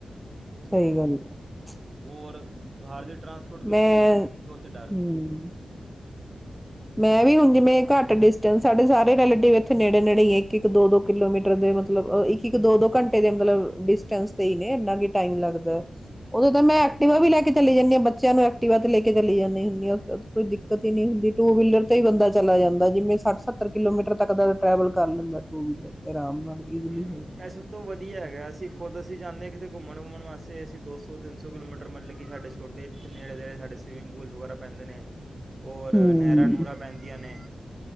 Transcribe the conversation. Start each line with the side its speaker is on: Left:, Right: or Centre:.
Centre: ਸਹੀ ਗੱਲ ਏ
Right: ਔਰ ਬਾਹਰ ਦੇ ਟ੍ਰਾਂਸਪੋਰਟ ਕੀਤੀ
Centre: ਮੈਂ
Right: ਤੁੋਚੇ' ਡਰ
Centre: ਹਮ ਮੈਂ ਵੀ ਹੁਣ ਜਿਵੇਂ ਘੱਟ ਡਿਸਟੈਂਸ ਸਾਡੇ ਸਾਰੇ ਰੀਲੈਟੀਵ ਏੱਥੇ ਨੇੜੇ ਨੇੜੇ ਈਂਏ ਇੱਕ ਇੱਕ ਦੋ ਦੋ ਕਿਲੋਮੀਟਰ ਦੇ ਮਤਲਬ ਇੱਕ ਇੱਕ ਦੋ ਦੋ ਘੰਟੇ ਦੇ ਡੀਸਟਂਸ ਤੇਇਨੇ ਇਨਾ ਕਿ ਟਾਇਮ ਲੱਗਦਾ ਏ, ਓਦੈ ਤਾਂ ਮੈਂ ਐਕਟਵਾ ਵੀ ਲੈ ਕੇ ਚਲੀ ਜਾਂਦੀ ਆ ਬੱਚਿਆਂ ਨੂੰ ਐਕਟੀਿਵਾ ਤੇ ਲੈ ਕੇ ਚਲੀ ਜਾਂਦੀ ਹੁੰਦੀ ਆ ਤਦ ਕੋਈ ਦਿੱਕਤ ਹੀ ਨਹੀਂ ਹੁੰਦੀ ਟੂ ਵੀਲਰ ਤੇ ਹੀ ਬੰਦਾ ਚਲਾ ਜਾਂਦਾ ਜਿਵੇਂ ਸੱਠ ਸੱਤਰ ਕਿਲੋਮੀਟਰ ਤੱਕ ਦਾ ਟਰੈਵਲ ਕਰ ਲੈਂਦਾ ਟੂ ਵੀਲਰ ਤੇ ਆਰਾਮ ਨਾਲ ਈਜ਼ਲੀ
Right: ਇਹ
Centre: ਹੋ ਜਾਂਦਾ।
Right: ਸਭ ਤੋਂ ਵਧੀਆ ਹੈਗਾ ਅਸੀਂ ਖੁਦ ਅਸੀਂ ਜਾਂਦੇ ਹ ਘੁੰਮਣ ਵੁੰਮਣ ਵਾਸਤੇ ਅਸੀਂ ਦੋਸੌ ਤਿੰਨ ਸੌ ਕਿੋਲੋਮੀਟਰ ਮਲ੍ਹਕੇ ਸਾਡੇ ਸਕੂਟਰ ਏਥੇ ਨੇੜੇ ਤੇਡੇ ਸਾਡੇ ਸਵੀਮਿੰਗਪੂਲ ਦਵਾਰਾ ਪੈਂਦੇ ਨੇ ਔਰ
Centre: ਹੂੰ
Right: ਨਹਿਰਾਂ ਨੂਰਾਂ ਪੈਂਦੀਆਂ ਨੇ